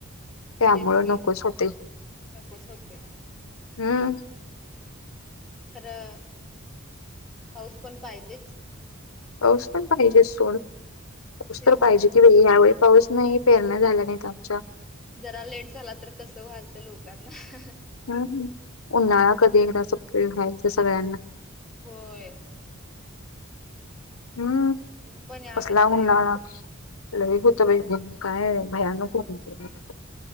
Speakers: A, on the left (about 80°); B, in the centre.
A: त्यामुळे
B: तेच की
A: नकोच होतय.
B: नकोच होतंय
A: हम्म.
B: खरं पाऊस पण पाहिजेच.
A: पाऊस पण पाहिजे सोड. <unintelligible>
B: तेच
A: यावेळे-
B: की
A: पाऊस नाही पेरण्या झाल्या नाहीत -
B: जरा लेट झाला तर कसं, वलतं लोकांना-
A: हम्. उन्हाळा कधी एकदा सपतोय व्हायलत सगळ्यांना.
B: होय.
A: हम्म.
B: ऊन पण यावेळेस
A: कसला
B: लई
A: उन्हाळा
B: होतं
A: <unintelligible> <unintelligible> काय भयानक होत खूप ऊन.